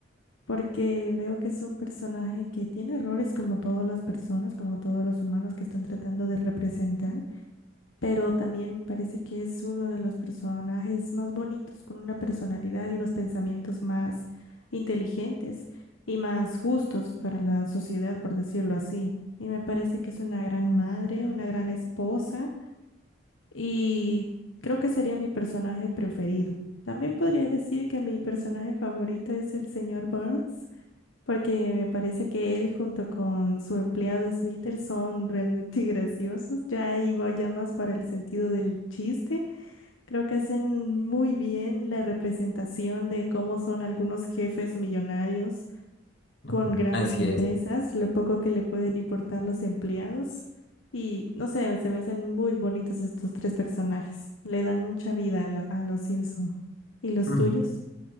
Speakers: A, on the left; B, on the left.
A: porque veo que es un personaje que tiene errores como todas las personas, como todos los humanos que están tratando de representar, pero también me parece que es uno de los personajes más bonitos, con una personalidad y unos pensamientos más inteligentes y más justos para la sociedad, por decirlo así. Y me parece que es una gran madre, una gran esposa y creo que sería mi personaje preferido. También podría decir que mi personaje favorito es el señor Burns porque me parece que él junto con su empleado Smithers son realmente <laughs> graciosos. Ya ahí va ya más para el sentido del chiste. Creo que hacen muy bien la representación de cómo son algunos jefes millonarios
B: Ujú.
A: con grandes
B: Así
A: empresas,
B: es.
A: lo poco que le pueden importar los empleados. Y no sé, se me hacen muy bonitos estos tres personajes. Le dan mucha vida a, la- a los Simpson. ¿Y los
B: Ujú.
A: tuyos?